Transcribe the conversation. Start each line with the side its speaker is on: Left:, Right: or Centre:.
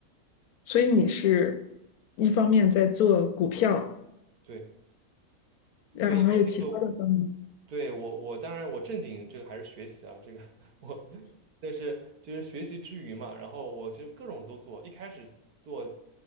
Left: 所以你是一方面在做股票，
Right: 对
Left: 然后还有其他的方面。
Right: 对，一方面会。对，我，我当然我正经这个还是学习啊，这个 <laughs> 我，但是就是学习之余嘛，然后我其实各种都做，一开始做